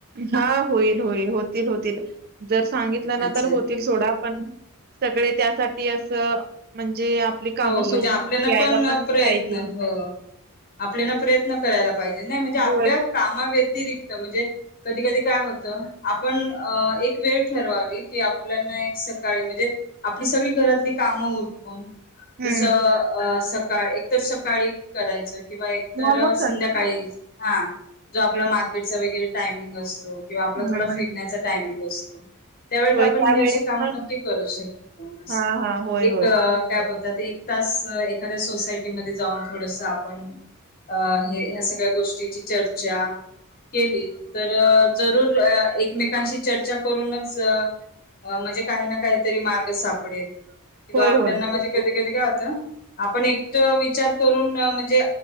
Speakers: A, on the right; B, on the left.
A: हा होईल होईल होतील होतील जर- सांगितल् ना
B: अच्छा
A: तर होतील सोडा- पण सगळे त्यासाठी अस म्हणजे- आपली कामं
B: हो म्हणजे
A: सोडून
B: आपल्याना
A: यायला
B: पण प्रयत्न
A: पाहिजे
B: हो आपल्याना प्रयत्न करायला लागत. पाहिजे नाय म्हणजे आपल्या
A: होय
B: कामाव्यतिरिक्त म्हणजे कधी कधी काय होतं- आपण एक वेळ ठरवावी की आपल्याना एक सकाळी म्हणजे आपली सगळी घरातली कामं उरकून
A: हम्म
B: जस अ स सकाळ एक तरर सकाळी करायचं किंवा एक तर
A: मग मग
B: संध्याकाळी हा जो आपला
A: होय
B: मार्केटचा वगैरे टायमिंग असतो. किंवा आपला
A: हम्म
B: थोडा फिरण्याचा टायमिंग असतो. त्यावेळेत
A: होय
B: आपण
A: त्यावेळेस
B: ही अशी कामं
A: मग
B: नक्की करू शकतो. अस
A: हा हा होय
B: एक
A: होय
B: एक तास एखाद्या सोसायटी मध्ये जाऊन थोडस आपण ह सगळ्या गोष्टीची चर्चा केली तर जरूर एकमेकांशी चर्चा करूनच म्हणजे काही ना. काहीतरी मार्ग सापडेल किंवा
A: होय होय
B: ना कध <unintelligible> आपण एक विचार करून म्हणजे